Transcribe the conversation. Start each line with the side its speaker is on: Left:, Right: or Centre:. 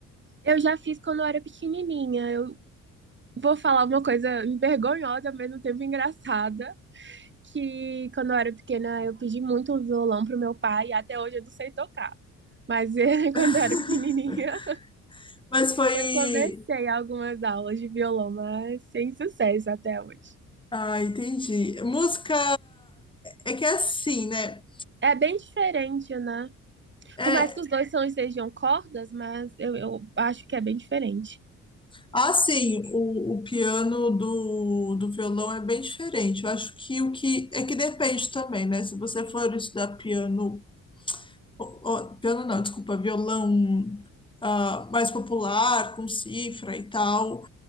Right: Eu já fiz quando eu era pequenininha. Eu vou falar uma coisa vergonhosa, ao mesmo tempo engraçada, que quando eu era pequena eu pedi muito um violão pro meu pai e até hoje eu não sei tocar. Mas <laughs>
Left: <laughs>
Right: quando eu era pequenininha,
Left: Mas foi.
Right: eu comecei algumas aulas de violão, mas sem sucesso até hoje.
Left: Ah, entendi. Música é que é assim, né?
Right: É bem diferente, né?
Left: É,
Right: Por mais que os dois são, sejam cordas, mas eu, eu acho que é bem diferente.
Left: Ah, sim, o, o piano do, do violão é bem diferente. Eu acho que o que é que depende também, né? Se você for estudar piano, ó- ó, piano não, desculpa, violão ah, mais popular, com cifra e tal,